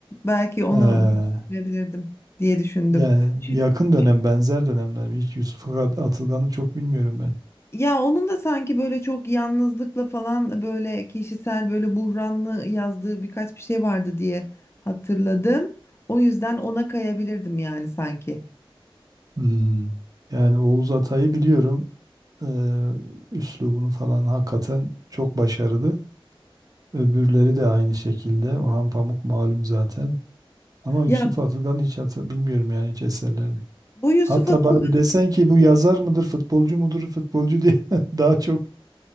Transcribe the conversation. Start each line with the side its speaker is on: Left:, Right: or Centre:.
Left: belki onu
Right: Ee,
Left: bir düşünebilirdim diye düşündüm.
Right: Yani
Left: Çü-
Right: yakın dönem
Left: çü-
Right: benzer dönemler mi? Hiç Yusuf At- Atılgan'ı çok bilmiyorum ben.
Left: Ya onun da sanki böyle çok yalnızlıkla falan böyle kişisel böyle buhranlı yazdığı birkaç bir şey vardı diye hatırladım. O yüzden ona kayabilirdim yani sanki.
Right: Hmm. Yani Oğuz Atay'ı biliyorum. Ee, üslubunu falan hakikaten çok başarılı. Öbürleri de aynı şekilde. Orhan Pamuk malum zaten. Ama
Left: Ya
Right: Yusuf Atılgan hiç hatır, bilmiyorum yani hiç eserlerini.
Left: bu Yusuf
Right: Hatta
Left: Atılgan
Right: bana desen ki bu yazar mıdır, futbolcu mudur, futbolcu diye <laughs> daha çok